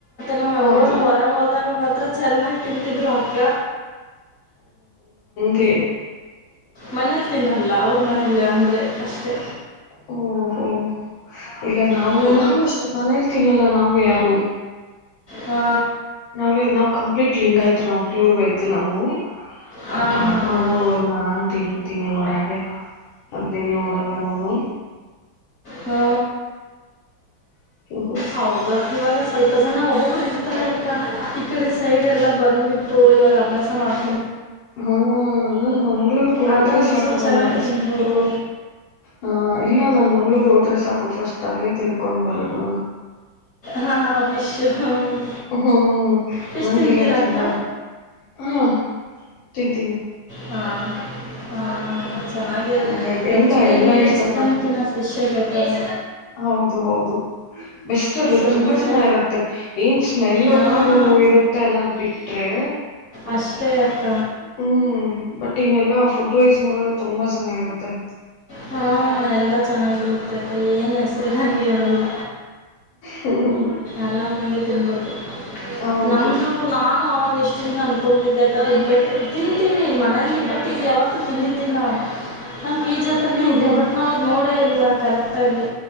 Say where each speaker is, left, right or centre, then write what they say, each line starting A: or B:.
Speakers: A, on the left; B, on the left.
A: ನಾವ್ ಯಾವಾಗ
B: ಹೌದು
A: ಹೊರಗೆ ಹೋದಾಗ ಮಾತ್ರ ಚೆನ್ನಾಗಿ ತಿಂತಿದ್ರು ಅಕ್ಕ
B: ಕೆ
A: ಮನೇಲಿ ತಿನ್ನಲ್ಲ ಅವ್ರ ಮ ಇಲ್ಲ ಅಂದರೆ ಅಷ್ಟೇ
B: ಹಓ ಹ್ಮ ಇಲ್ಲ ನಾವು
A: ಹ್ಞೂ
B: ನಾವವು ಅಷ್ಟೇ ಮನೇಲಿ ತಿನ್ನಲ್ಲ ನಾವು ಯಾರು
A: ಹಾ
B: ನಾವ ನಾವ್ ಕಂಪ್ಲೀಟ್ ಲಿಂಗ್ ಆಯ್ತ್ ನಾವ್ ಪ್ಯೂರ್ ವೆಜ್ಜ್ ನಾವು
A: ಹಾಂ
B: ಬಟ್ ಆದ್ರೂ
A: ಹಾಂ
B: ನಾನ್ ತಿಂತಿನಿ ಹೊರಗೆ ಅದೆನ್ ನೋಡಲ್ಲ ನನು
A: ಹ್ಮ
B: ಹ್ಮ
A: ಹೌದವ ಇವಾಗ ಸ್ವಲ್ಪ ಜನ ಒಬ್ಬ ಇರ್ತಾರೆಕ್ಕ ಈ ಕಡೆ ಸೈಡ್ ಎಲ್ಲ ಬಂದ್ಬಿಟ್ ಓ ಅಭ್ಯಾಸ ಮಾಡ್
B: ಹಾ ನನ್ ಮಂಗಳೂರು ಹೋದ್ರೆ
A: ಅದಾದರೂ
B: ಸಾಕು
A: ಸ್ವಲ್ಪ
B: ನನ್ನ
A: ಚೆನ್ನಾಗಿ
B: ಫಸ್ಟ್
A: ತಿನ್ಬೋದು
B: ಹ ಇಲ್ಲ ನನ್ ಮಂಗ್ಳೂರ್ ಹೋದ್ರೆ ಸಾಕುಫಸ್ಟ್ ತಾವೇ ತಿನ್ಕೊಂಡು ಬರೋದು
A: ಹಾಂ <unintelligible>
B: ಹ್ಮ್
A: ಫಿಶ್
B: ನಂಗಿಲ್ಲ
A: ತಿಂತೀರಾ
B: ತುಂಬಾ
A: ಅಕ್ಕ
B: ಹ ತಿಂತೀನಿ
A: ಹಾ ಹಾ ಚೆನ್ನಾಗಿ
B: ಹಂಗಾಗಿ ಎಲ್ಲಾ
A: ಆಕ್ಚುಲಿ
B: ಎಲ್ಲಾ ಇಷ್ಟಪಟ್ಟು
A: ಚಿಕನ್ ತಿನ್ನ ಫಿಶೇ ಬೆಟ್ಟರ್
B: ಹೌದು ಹೌದು ಬೆಷ್ಟ್ ಅಷ್ಟದು
A: ಸುಮ್ಮನೆ
B: ತುಂಬಾ ಚೆನ್ನ ಇರುತ್ತೆ ಏನ್ ಸ್ಮೆಲ್
A: ಹಾಂ
B: ಒಂದಗೂ ಇರುತ್ತೆ ಅನ್ನೋದ್ ಬಿಟ್ ರೇ
A: ಅಷ್ಟೇ ಅಕ್ಕ
B: ಹ್ಮ್ ಬಟ್ ನೆಲ್ಲ ಲ್ಲ ಫುಡ್ ವೈಸ್ ನೋಡ್ರೆ ತುಂಬ ಚೆನ್ನ ಇರುತ್ತೆ
A: ಹಾ ಎಲ್ಲಾ ಚೆನ್ನಾಗಿರುತ್ತೆ ಅಕ್ಕೆ ಏನು ಹೆಸರಿದಂಗೆ ಇರಲ್ಲ
B: <unintelligible>
A: ಅರಮ್ ಹಾಗೆ ತಿಬೋದು
B: ಹೌದು
A: ನಮ್ದು ನಾನು ಅವಾಗ ಎಷ್ಟು ತಿನ್ನು ತಿಂತೀನಿ ಮನೆಯಲ ತಿನ್ನಿಲ್ಲ ಟೀಚರ್ ತರನೇ
B: ಹಾ
A: ಇದೆ
B: ಹಾ
A: ಬಟ್ ನವರ್ ನೋಡಿ ಕಡೆ ಕರೆಕ್ಟ್ ಆಗಿ